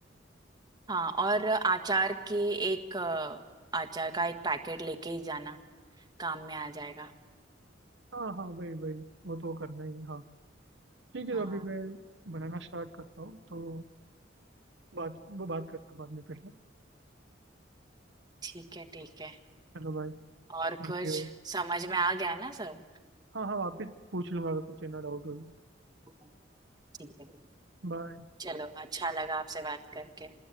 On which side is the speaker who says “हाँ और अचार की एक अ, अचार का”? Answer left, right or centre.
Right